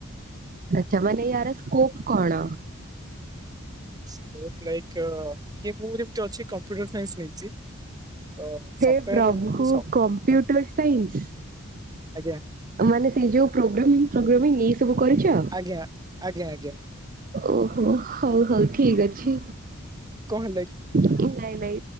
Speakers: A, on the right; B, on the right.
A: ଆଛା ମାନେ ୟାର ସ୍କୋପ୍ କଣ?
B: ସ୍କୋପ୍ ଲାଇନ୍ କି ମୁଁ ଯେମିତି ଅଛି କମ୍ପ୍ୟୁଟର ସାଇନ୍ସ ନେଇଛି। ତ
A: ହେ
B: ସଫ୍ଟୱେୟାର
A: ପ୍ରଭୁ
B: ସ
A: କମ୍ପ୍ୟୁଟର ସାଇନ୍ସି।
B: ଆଜ୍ଞା।
A: ମାନେ ସେଇ ଯୋଉ ପ୍ରୋଗ୍ରାମିଂ ଫୋଗ୍ରାମିଂ ଏଇ ସବୁ କରିଚ।
B: ଆଜ୍ଞା ଆଜ୍ଞା ଆଜ୍ଞା
A: ଓହୋ ହଉ ହଉ ଠିକ୍ ଅଛି।
B: କହ ହେଲା କି?
A: ଏ ନାଇଁ ନାଇଁ।